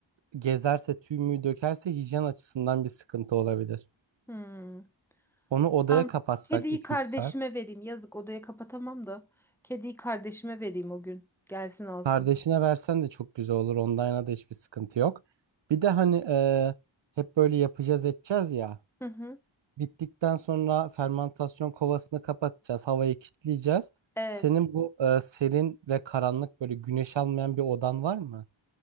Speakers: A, on the right; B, in the centre.
A: gezerse tüy mü dökerse hijyen açısından bir sıkıntı olabilir.
B: Hmm.
A: Onu odaya
B: Tamam.
A: kapatsak
B: Kediyi
A: iki
B: kardeşime
A: üç saat.
B: vereyim. Yazık odaya kapatamam da. Kediyi kardeşime vereyim o gün. Gelsin alsın.
A: Kardeşine versen de çok güzel olur. Online'a da hiçbir sıkıntı yok. Bir de hani e, hep böyle yapacağız edeceğiz ya.
B: Hı hı.
A: Bittikten sonra fermantasyon kovasını kapatacağız. Havayı kilitleyeceğiz.
B: Evet.
A: Senin bu e, serin ve karanlık böyle güneş almayan bir odan var mı?